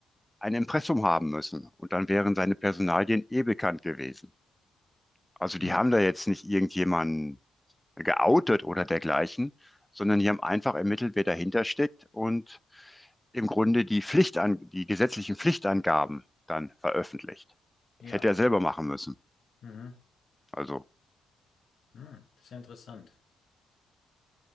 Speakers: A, in the centre; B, on the left.
A: ein Impressum haben müssen. Und dann wären seine Personalien eh bekannt gewesen. Also
B: Hm.
A: die haben da jetzt nicht irgendjemanden geoutet oder dergleichen, sondern die haben einfach ermittelt, wer dahinter steckt und im Grunde die Pflichtan die gesetzlichen Pflichtangaben dann veröffentlicht.
B: Ja.
A: Das hätte er selber machen müssen.
B: Mhm.
A: Also,
B: Hm, das ist ja interessant.